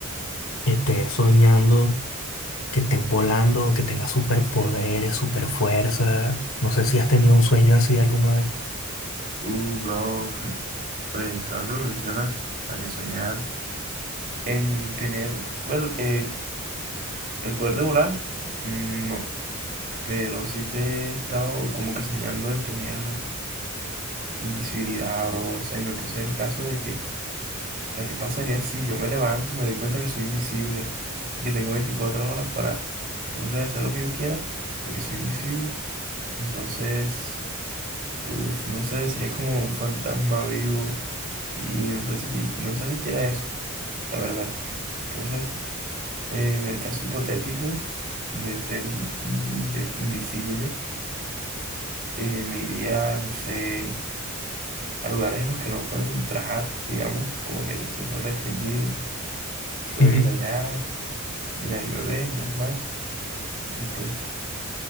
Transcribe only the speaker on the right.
Sí.
Uh, bro, <laughs> pues ahora que lo mencionas, o sea, que soñar en tener, bueno, eh, el poder de volar, mm, no, pero sí te he estado como que soñando en tener invisibilidad, bro, o sea, y me puse el caso de que O sea, ¿qué pasaría si yo me levanto y me doy cuenta que soy invisible y que tengo 24 horas para, no sé, hacer lo que yo quiera porque soy invisible? Entonces, uff, no sé, sería como un fantasma vivo y no sé si, no sé si quiera eso, la verdad. Entonces, eh, en el caso hipotético de ser un- un inve- invisible, eh, me iría, no sé, a lugares en los que no puedo entrar, digamos, como que el acceso restringido,
puedo ir allá. Y nadie me ve, menos mal. Y pues,